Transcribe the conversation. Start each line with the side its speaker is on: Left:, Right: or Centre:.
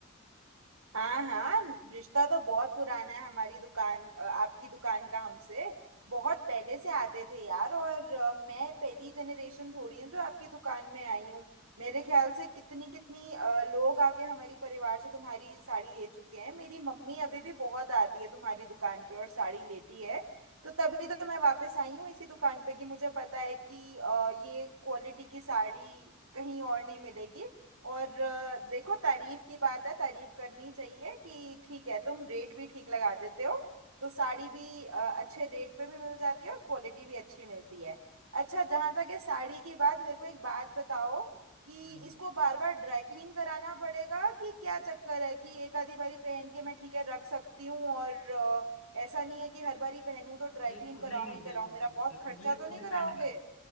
Right: हाँ हाँ रिश्ता तो बहुत पुराना है हमारी दुकान अ, आपकी दुकान का हमसे बहुत पहले से आते थे यार और अ, मैं पहली जनरेशन थोड़ी हूँ जो आपकी दुकान में आई हूँ मेरे ख्याल से कितनी कितनी अ, लोग आके हमारी परिवार से तुम्हारी साड़ी ले चुके हैं मेरी मम्मी अभी भी बहुत आती है तुम्हारी दुकान पे और साड़ी लेती है तो तभी तो मैं वापस आई हूँ इसी दुकान पे कि मुझे पता है कि अ, ये क्वालिटी की साड़ी कहीं और नहीं मिलेगी और अ, देखो तारीफ की बात है तारीफ करनी चाहिए कि ठीक है तुम रेट भी ठीक लगा देते हो तो साड़ी भी अ, अच्छे रेट पे भी मिल जाती है और क्वालिटी भी अच्छी मिलती है अच्छा जहाँ तक है साड़ी की बात मेरे को एक बात बताओ कि
Left: हाँ जी
Right: इसको बार बार ड्राई क्लीन कराना पड़ेगा कि क्या चक्कर है कि एक आधी बारी पहन के मैं ठीक है रख सकती हूँ और अ, ऐसा नहीं है कि हर बारी पहनूं तो ड्राई
Left: देखो
Right: क्लीन
Left: नहीं
Right: कराऊं
Left: नहीं
Right: ही
Left: देखो
Right: कराऊं
Left: देखो
Right: मेरा बहुत
Left: देखो
Right: खर्चा
Left: ये
Right: तो
Left: तो
Right: नहीं
Left: डिपेंड
Right: कराओगे
Left: करता है।